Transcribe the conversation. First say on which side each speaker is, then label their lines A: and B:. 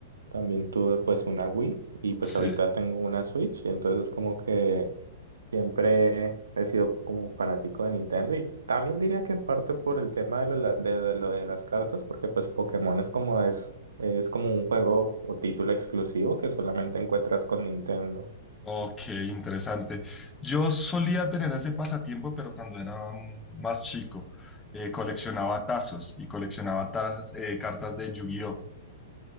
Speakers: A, on the right; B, on the left.
A: también tuve pues una Wii y pues
B: sí,
A: ahorita tengo una Switch y entonces como que siempre he sido como fanático de Nintendo y también diría que en parte por el tema de lo, la- de lo de las cartas, porque pues Pokémon es como es, es como un juego o título exclusivo que solamente encuentras con Nintendo.
B: ok, interesante. Yo solía tener ese pasatiempo, pero cuando era mm, más chico, eh, coleccionaba tazos y coleccionaba tazas, eh, cartas de Yu-Gi-Oh!